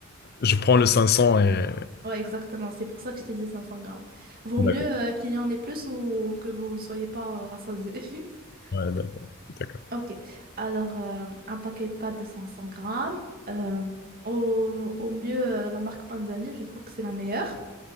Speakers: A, on the left (about 50°); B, on the right (about 45°).
A: Je prends le 500 et...
B: Ouais, exactement. C'est pour ça que je t'ai dit 500 grammes. Vaut
A: D'accord,
B: mieux euh, qu'il y en ait plus ou que vous ne soyez pas euh, rassasiés. <laughs>
A: ouais, d'accord. D'accord.
B: Ok. Alors, euh, un paquet de pâtes de 500 grammes. Euh, au, au mieux, euh, la marque Panzani, je trouve que c'est la meilleure.